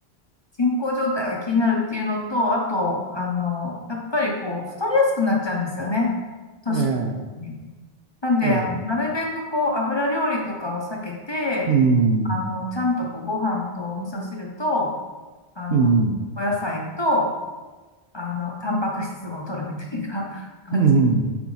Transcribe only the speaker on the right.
ええ、
ええ、
うん、
うん、
うん、